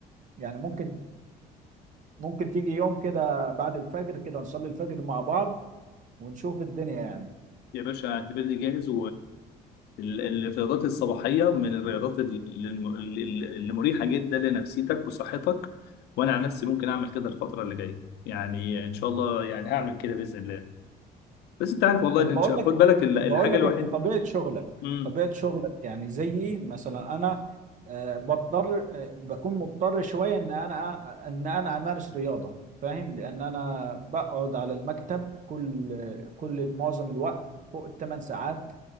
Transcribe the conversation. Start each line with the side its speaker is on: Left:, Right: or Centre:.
Right: يعني ممكن ممكن تيجي يوم كده بعد الفجر كده نصلي الفجر مع بعض ونشوف الدنيا يعني
Left: يا باشا اعتبرني جاهز والرياضات الصباحية من الرياضات ال- ال- اللي مريحة جدا لنفسيتك وصحتك وأنا عن نفسي ممكن أعمل كده الفترة اللي جاية يعني إن شاء الله يعني هعمل كده بإذن الله بس أنت عارف والله
Right: طب
Left: إن
Right: بقول لك
Left: خد بالك ال- الحاجة
Right: بقول لك
Left: الوحيدة
Right: انت طبيعة شغلك
Left: امم
Right: طبيعة شغلك يعني زيي مثلا انا آه، بضطر آه، بكون مضطر شوية ان انا ان انا امارس رياضة فاهم لان انا بقعد على المكتب كل كل معظم الوقت فوق الثمان ساعات